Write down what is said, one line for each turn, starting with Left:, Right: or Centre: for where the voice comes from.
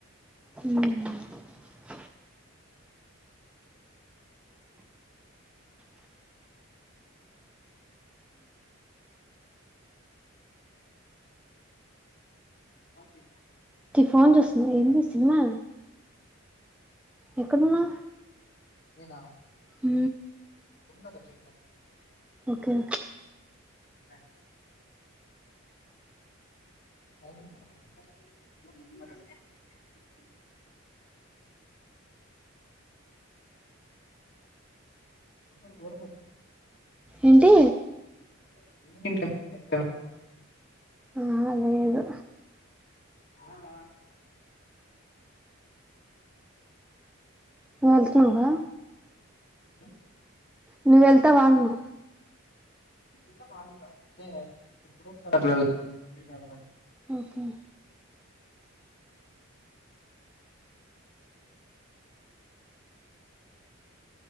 Centre: ఉ
Left: ఓకే
Centre: ఫోన్ చేూస్తున్నాం ఏంది సినిమా ఎక్కడున్నా
Left: నేనా
Centre: ఉ
Left: ఉన్న పచల
Centre: ఓకే
Left: అ అ అక్ <unintelligible> బోర్
Centre: ఏంటి
Left: <unintelligible>
Centre: ఆహా లేదు
Left: అవునా
Centre: వెళ్తునావా
Left: ఉమ్,
Centre: నువ్వు వెళ్తావా అన్నా
Left: వెళ్తా
Centre: ఉహూ